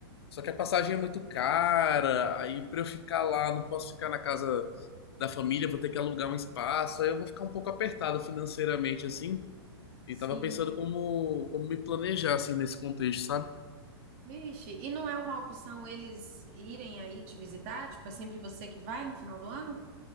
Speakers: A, on the left (about 70°); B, on the right (about 30°).
A: Só que a passagem é muito cara. Aí pra eu ficar lá, não posso ficar na casa da família, vou ter que alugar um espaço. Aí eu vou ficar um pouco apertado financeiramente assim. E
B: sim.
A: tava pensando como, como me planejar assim nesse contexto, sabe?
B: Vixe, e não é uma opção eles irem aí te visitar? Tipo, é sempre você que vai no final do ano?